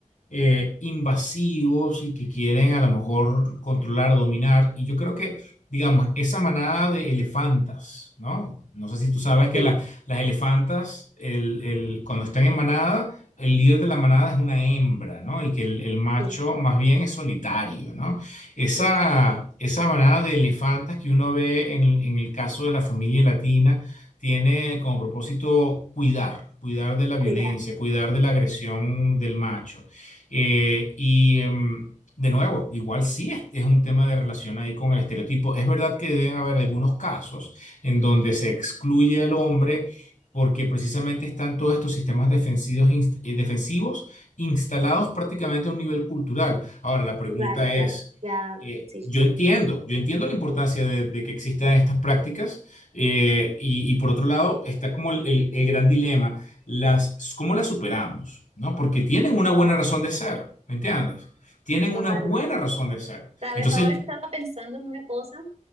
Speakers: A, on the left; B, on the right.
A: eh, invasivos y que quieren a lo mejor controlar, dominar. Y yo creo que digamos, esa manada de elefantas, ¿no? No sé si tú sabes que
B: Sí,
A: la- las elefantas, el- el- cuando están en manada, el líder de la manada es una hembra, ¿no? Y que el, el macho
B: sí,
A: más bien es solitario, ¿no? Esa,
B: sí,
A: esa manada de elefantas que uno ve en, en el caso de la familia latina tiene como propósito cuidar. cuidar de la violencia,
B: claro,
A: cuidar de la agresión del macho. Eh, y, em, de nuevo, igual sí es, es un tema de relación ahí con el estereotipo. Es verdad que deben haber algunos casos en donde se excluye al hombre porque precisamente están todos estos sistemas defensivos, inst- eh, defensivos instalados prácticamente a un nivel cultural. Ahora, la pregunta
B: claro, claro,
A: es,
B: ya,
A: eh,
B: sí,
A: yo entiendo, yo entiendo la importancia de, de que existan estas prácticas eh, y, y por otro lado está como el, el- el gran dilema, las, ¿cómo las superamos? ¿No? Porque tienen una buena razón de ser, ¿me entiendes? tienen una
B: totalmente.
A: buena razón de ser.
B: Sabes,
A: Entonces,
B: ahora estaba pensando en una cosa